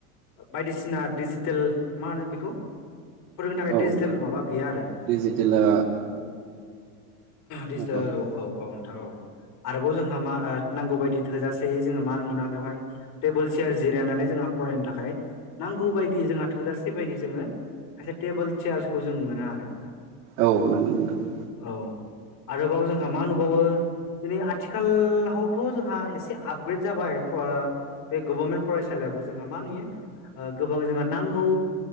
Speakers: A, on the left (about 45°); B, on the right (about 80°).
A: बायदिसिना डिजिटेल मा होनो बेखौ फोरोंनो थाखाय
B: औ
A: डिजिटेल माबा गैया आरो।
B: डिजिटेला
A: डिजिटेल
B: नंगौ
A: औ औ औ नोंथां औ। आरोबाव जोंहा मा ओ नांगौ बायदि थोजासे जोङो मान मोना बेवहाय टेबोल चियार जिरायनानै जोंहा फरायनो थाखाय नांगौ बायदि जोंहा थोजासे बायदि जोङो खायसे टेबोल चेयार्सखौ जों मोना आरो नोंथां।
B: औ नोंगो नोथां।
A: औ आरोबाव जोंहा मा नुबावो दिनै आथिखाल हावथ' जोंहा एसे आपग्रेड जाबाय फ'ओ बे गभर्मेन्ट फरायसालियाबो जोंहा मा नुयो ओ गोबां जोंहा नांगौ